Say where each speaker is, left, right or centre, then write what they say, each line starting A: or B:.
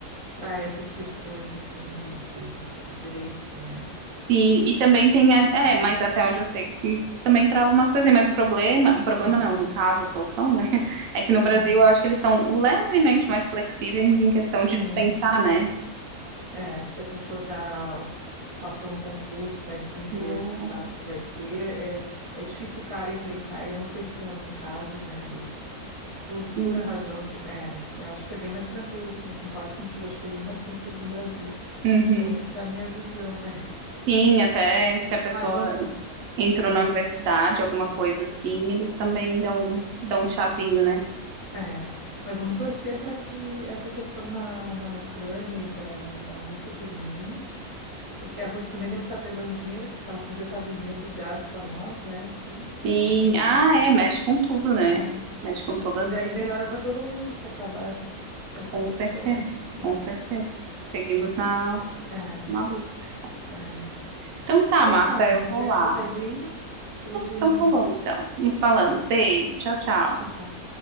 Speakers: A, on the right; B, on the right.
A: para essas questões assim de, de, de direitos, né?
B: Sim, e também tem, a- é,
A: É,
B: mas até onde eu sei, hum, também trava umas coisinhas, mas o problema, o problema
A: é,
B: não, no caso, a solução, né, <laughs> é que no Brasil
A: é.
B: eu acho que eles são levemente mais flexíveis em questão
A: Sim.
B: de dispensar, né?
A: É, se a pessoa tá passou num concurso, está indo para um emprego
B: Hum,
A: que sabe que vai ser, é, é difícil o cara encrencar. Eu não sei se tem algum caso, né? Por
B: Sim,
A: pura razão de. É, eu acho que é bem mais tranquilo, sim, concordo contigo, acho que é bem mais tranquilo no Brasil.
B: Uhum.
A: Pelo menos essa é a minha visão, né?
B: Sim, até se a pessoa
A: Mas vamos.
B: entrou
A: É,
B: na universidade, alguma coisa assim, eles também dão, dão um chazinho, né?
A: é, mas vamos torcer para que essa questão na, na Ucrânia e da, da Rússia termine, porque a Rússia também deve estar perdendo dinheiro, porque ela podia estar vendendo gás para nós, né, aqui
B: Sim,
A: na Inglaterra.
B: ah, é, mexe com tudo, né?
A: É.
B: Mexe com todas
A: E daí
B: as economias,
A: melhora para todo mundo se acabar essa, essa
B: com
A: questão
B: certeza,
A: aí. <laughs>
B: com certeza. Seguimos na,
A: É,
B: na luta.
A: é.
B: Então tá,
A: Então
B: Marta,
A: tá,
B: eu
A: vou
B: vou
A: pegar
B: lá.
A: um cafezinho. Beijinho.
B: Então tá bom, então. Nos falamos.
A: 是，ciao
B: Beijo. Tchau, tchau.
A: ciao。